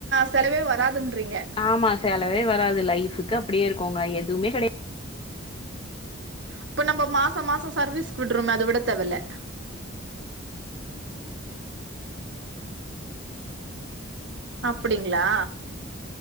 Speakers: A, on the right; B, on the left.
A: செலவே வராதுன்றீங்க
B: ஆமா சலவே வராது லைஃபக்கு அப்டியே இருக்கோங்க எதுவுமே கிடையாது
A: இப்ப நம்ம மாசம் மாசம் சர்வீஸ் விடுறோமே அத விட தேவல இல்ல அப்டிங்களா